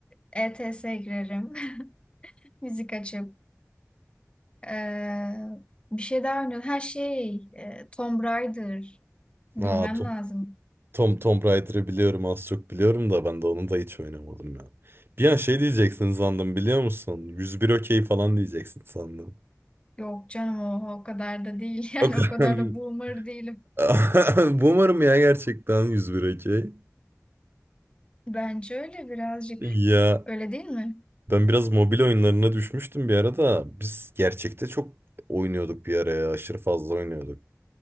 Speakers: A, on the left (about 20°); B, on the right (about 45°).
A: E T S girerim. <laughs> Müzik açıp. Ee, bir şey daha oynuyordum. Her şey e, Tomb Raider. Bilmem
B: ha Tom,
A: lazım.
B: Tom, Tomb Raider'ı biliyorum az çok biliyorum da ben de onu da hiç oynamadım ya. Bir an şey diyeceksin sandım biliyor musun? yüz bir okey falan diyeceksin sandım.
A: Yok canım o, o kadar da değil. <laughs> Yani
B: O kadar.
A: o kadar
B: <laughs>
A: da boomer değilim.
B: <laughs> Boomer'ım ya gerçekten 101 okey.
A: Bence öyle birazcık.
B: Ya
A: Öyle değil mi?
B: ben biraz mobil oyunlarına düşmüştüm bir ara da biz gerçekte çok oynuyorduk bir ara ya aşırı fazla oynuyorduk.